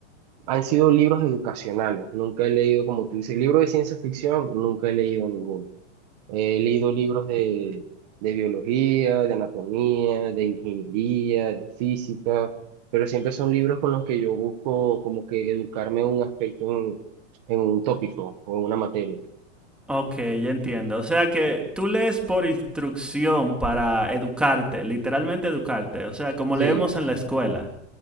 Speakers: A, on the right; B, in the centre.
A: han sido libros educacionales. Nunca he leído, como tú dices, libro de ciencia ficción, nunca he leído ninguno. He leído libros de, de biología, de anatomía, de ingeniería, de física, pero siempre son libros con los que yo busco como que educarme en un aspecto, en, en un tópico o en una materia.
B: Ok, ya entiendo. O sea que tú lees por instrucción para educarte, literalmente educarte. O sea, como
A: Sí,
B: leemos en la escuela.